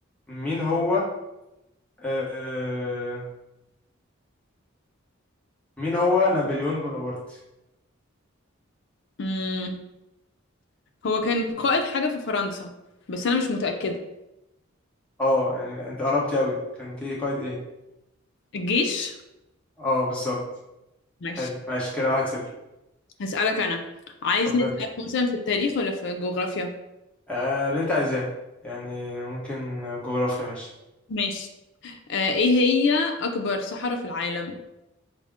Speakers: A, in the centre; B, on the left.
A: مين هو آه، مين هو نابليون بونابرت
B: مم. هو كان قائد حاجة في فرنسا بس انا مش متأكدة
A: اه يعني انت قربتي قوي كان كي قائد ايه
B: الجيش
A: اه بالظبط
B: ماشي
A: حلو ماشي كده واحد صفر
B: هسألك انا عايز
A: اتفضلي
B: نسألك مثلا في التاريخ ولا في الجغرافيا
A: آه، اللي انت عايزاه يعني ممكن جغرافيا ماشي
B: ماشي آه ايه هي اكبر صحراء في العالم